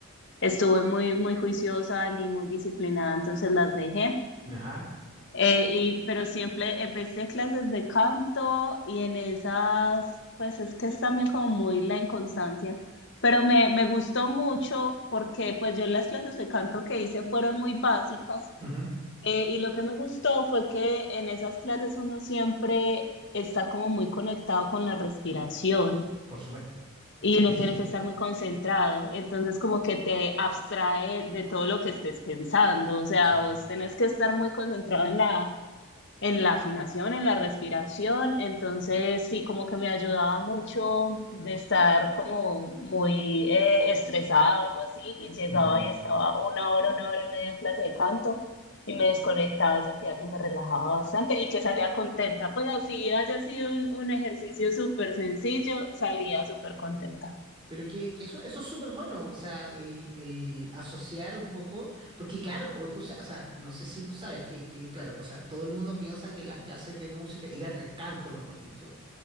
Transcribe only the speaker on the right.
Ajá.
ujú,
Por supuesto.
Sí,
sí.
ujú.
Pero que, que eso, eso es súper bueno, o sea, el, el asociar un poco, porque claro, o tú, sa- o sea, no sé si tú sabes que, que, claro, o sea, todo el mundo piensa que las clases de música, ir a, a canto, mejor dicho,